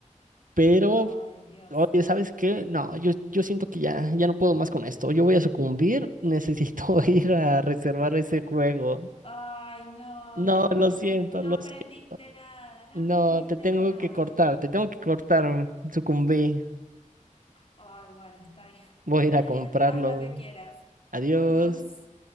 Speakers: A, on the right; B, on the left.
A: Pero
B: Ay, Dios.
A: Oye, ¿sabes qué? No, yo, yo siento que ya, ya no puedo más con esto. Yo voy a sucumbir. Necesito <laughs> ir a reservar ese juego.
B: Ay, no,
A: No,
B: no,
A: lo siento,
B: no, no
A: lo
B: aprendiste
A: siento.
B: nada, no
A: No,
B: aprendiste
A: te tengo
B: nada.
A: que cortar, te tengo que cortar. mm, Sucumbí.
B: Ay, bueno, está bien. <laughs>
A: Voy a ir a comprarlo.
B: Haz lo que quieras.
A: Adiós.
B: Adiós.